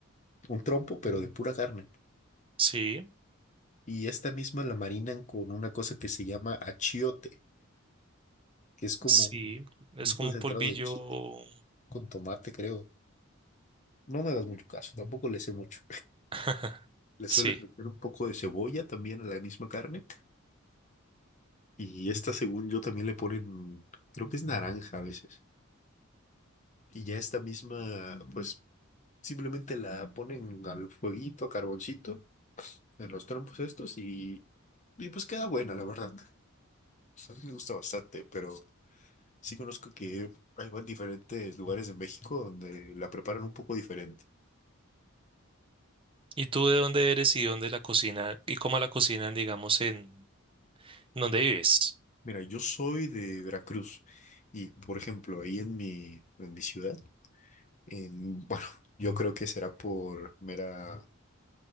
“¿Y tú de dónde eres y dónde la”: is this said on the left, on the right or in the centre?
Right